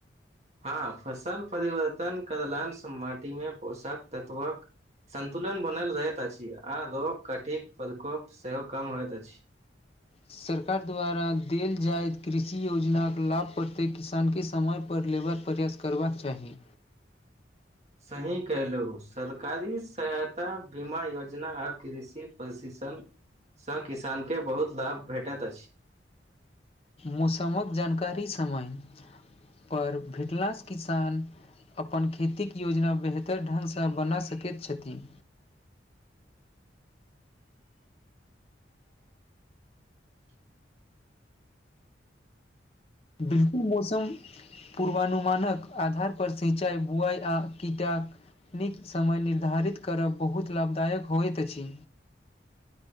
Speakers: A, on the right (about 35°); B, on the left (about 30°).
A: हँ फसल परिवर्तन करलाइन स माटी में पोषक तत्वक <inaudible> सन्तुलन ब बनल रहैत अछि आ रोग कठिक प्रकोप सेहो कम होइत अछि
B: सरकार द्वारा देल जाइत कृषि योजनाक लाभ प्रतेक किसान केँ समय पर लेबाक प्रयास करबाक चाही
A: सही कहलो सरकारी सहायता बीमा योजना आ कृषि प्रशिक्षण सँ किसान केँ बहुत लाभ भेटैत अछि
B: मौसम कऽ जानकारी समय पर भेटलासँ किसान अपन खेती कऽ योजना बेहतर ढंग बना सकैत छथिन बिल्कुल मौसम पूर्वानुमान कऽ आधार पर सिंचाई बुआई आ कीटा नीक समय निर्धारित करब बहुत लाभदायक होइत अछि